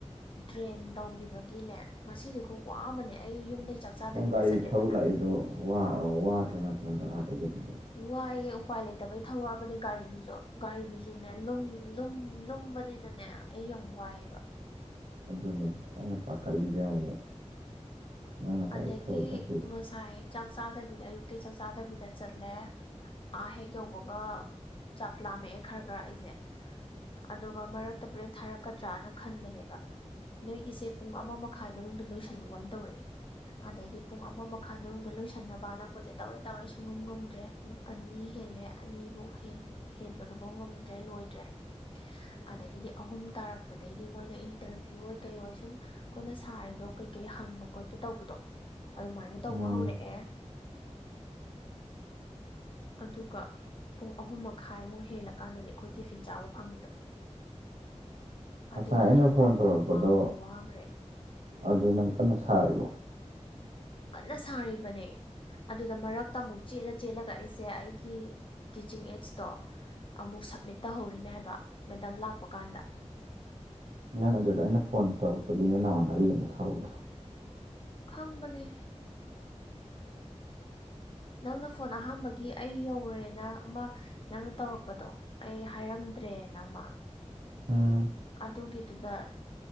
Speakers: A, on the left; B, on the right.
A: ꯗ꯭ꯔꯦꯟ ꯇꯧꯈꯤꯕꯒꯤꯅꯦ ꯉꯁꯤꯗꯨ ꯈ ꯋꯥ ꯑꯃꯅꯦ ꯑꯩ ꯌꯨꯝꯗꯩ ꯆꯥꯛ ꯆꯥꯗꯕꯤꯗ
B: ꯅꯪ ꯒꯥꯔꯤ
A: ꯆꯠꯂꯦꯗꯅ
B: ꯊꯧ ꯂꯥꯛꯏꯗꯣ ꯋꯥꯗ꯭ꯔꯅ ꯐꯣꯟꯗꯗꯒꯤꯦ ꯑꯗꯨ
A: ꯋꯥꯏꯑꯦ ꯎꯄꯥꯏ ꯂꯩꯇꯕꯩ ꯊꯧꯔꯛꯑꯕꯅꯦ ꯒꯥꯔꯤꯗꯨꯁꯨ ꯒꯥꯔꯤꯗꯨꯁꯨꯅꯦ ꯂꯨꯝ ꯂꯨꯝ ꯂ ꯇꯨꯝꯕꯅꯤꯅꯅꯦ ꯑꯩ ꯌꯥꯝ ꯋꯥꯏꯑꯦꯕ
B: ꯑꯗꯨꯅꯤ ꯑꯩꯅ ꯄꯥꯈꯠꯂꯤꯁꯦ ꯑꯃꯨꯛ ꯅꯪꯅ ꯒꯥꯔꯤ
A: ꯑꯗꯒꯤ
B: ꯊꯧꯔ ꯆꯠꯈꯤꯕꯁꯦ
A: ꯉꯁꯥꯏ ꯆꯥꯛ ꯆꯥꯗꯕꯤꯗ ꯑꯌꯨꯛꯇ ꯆꯥꯛ ꯆꯥꯗꯕꯤꯗ ꯆꯠꯂꯦ ꯑꯥ ꯍꯦꯛ ꯌꯧꯕꯒ ꯆꯥꯛ ꯂꯥꯝꯃꯛꯑꯦ ꯈꯔ ꯈꯔ ꯑꯩꯁꯦ ꯑꯗꯨꯒ ꯃꯔꯛꯇ ꯕ꯭ꯔꯦꯛ ꯊꯥꯔꯛꯀꯗ꯭ꯔꯥꯅ ꯈꯟꯕꯅꯦꯕ ꯅꯣꯏꯒꯤꯁꯦ ꯄꯨꯡ ꯑꯃ ꯃꯈꯥꯏ ꯃꯅꯨꯡꯗ ꯂꯣꯏꯁꯤꯜꯂꯨ ꯍꯥꯏꯅ ꯇꯧꯔꯛꯑꯦ ꯑꯗꯩꯗꯤ ꯄꯨꯡ ꯑꯃ ꯃꯈꯥꯏ ꯃꯅꯨꯡꯗ ꯂꯣꯏꯁꯟꯅꯕꯅꯈꯣꯏꯁꯦ ꯇꯧꯔꯦ ꯇꯧꯔꯦ ꯁꯨꯡꯉꯝ ꯉꯝꯗ꯭ꯔꯦ ꯄꯨꯡ ꯑꯅꯤ ꯑꯅꯤ ꯍꯦꯜꯂꯦ ꯑꯅꯤꯐꯧ ꯍꯦꯟꯕꯗꯨꯐꯥꯎ ꯉꯝꯗ꯭ꯔꯦ ꯂꯣꯏꯗ꯭ꯔꯦ
B: <inaudible> <unintelligible>
A: ꯑꯗꯒꯤꯗꯤ ꯑꯍꯨꯝ ꯇꯥꯔꯛꯄ ꯄ ꯑꯗꯩꯗꯤ ꯃꯣꯏꯅ ꯏꯟꯇꯔꯚꯤꯌꯨ ꯑꯣꯏ ꯀꯩ ꯑꯣꯏ ꯁꯨꯝ ꯑꯩꯈꯣꯏꯅ ꯁꯥꯔꯤꯗꯣ ꯀꯩ ꯀꯩ ꯍꯪꯕ ꯈꯣꯠꯄ ꯇꯧꯕꯗꯣ ꯑꯗꯨꯃꯥꯏꯅ ꯇꯧꯕ
B: ꯎꯝ
A: ꯍꯧꯔꯛꯑꯦ ꯑꯗꯨꯒ ꯄꯨꯡ ꯑꯍꯨꯝ ꯃꯈꯥꯏꯃꯨꯛ ꯍꯦꯜꯂꯀꯥꯟꯗꯅꯦ ꯑꯩꯈꯣꯏ ꯇꯤꯐꯤꯟ ꯆꯥꯕ ꯐꯪꯉꯤꯗꯣ
B: ꯉꯁꯥꯏ
A: ꯑꯗꯨꯗꯗꯤ
B: ꯑꯩꯅ
A: ꯄꯨꯔꯥ
B: ꯐꯣꯟ ꯇꯧꯔꯛꯄꯗꯣ
A: ꯈꯨꯋꯥ ꯑꯃ ꯋꯥꯈ꯭ꯔꯦ
B: ꯑꯗꯨ ꯅꯪ ꯀꯟꯅ ꯁꯥꯔꯤꯕ
A: ꯀꯟꯅ ꯁꯥꯔꯤꯕꯅꯦ ꯑꯗꯨꯗ ꯃꯔꯛꯇ ꯑꯃꯨꯛ ꯆꯦꯜꯂ ꯆꯦꯜꯂꯒ ꯑꯩꯁꯦ ꯑꯩꯒꯤ ꯇꯤꯆꯤꯡ ꯑꯦꯠꯁꯇꯣ ꯑꯃꯨꯛ ꯁꯞꯃꯤꯠ ꯇꯧꯍꯧꯔꯤꯅꯦ ꯍꯥꯏꯕ ꯃꯦꯗꯝ ꯂꯥꯛꯄ ꯀꯥꯟꯗ
B: ꯅꯪ ꯑꯗꯨꯗ ꯑꯩꯅ ꯐꯣꯟ ꯇꯧꯔꯛꯄꯗꯤ ꯅꯣꯏ ꯅꯃꯥꯟꯅꯕꯤꯒꯤꯅ ꯁꯥꯎꯗ꯭ꯔꯣ
A: ꯈꯪꯕꯅꯤ ꯅꯪꯅ ꯐꯣꯟ ꯑꯍꯥꯥꯟꯕꯒꯤ ꯑꯩ ꯌꯧꯔꯦꯅ ꯑꯃ ꯅꯪꯅ ꯇꯧꯔꯛꯄꯗꯣ ꯑꯩ ꯍꯥꯏꯔꯝ ꯗ꯭ꯔꯦꯅꯃ
B: ꯎꯝ
A: ꯑꯗꯨꯒꯤꯗꯨꯗ